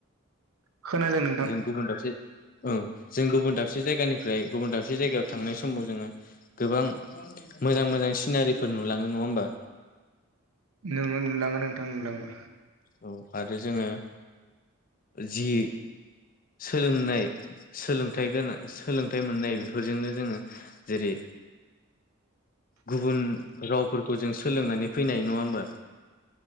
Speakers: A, on the right; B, on the left.
A: खोनादों नोंथां
B: जों गुबुन दाबसे औ जों गुबुन दाबसे जायगानिफ्राय गुबुन दाबसे जायगायाव थांनाय समाव जोङो गोबां मोजां मोजां सिनारिफोर नुलाङो नङा होमबा?
A: नंगौ नोंथां नुलाङो नोंथां नुलाङो
B: औ आरो जोङो जि सोलोंनाय सोलोंथाइ गोनां सोलोंथाइ मोननाय बेफोरजोंनो जोङो जेरै गुबुन रावफोरखौ जों सोलोंनानै फैनो हायो नङा होमबा?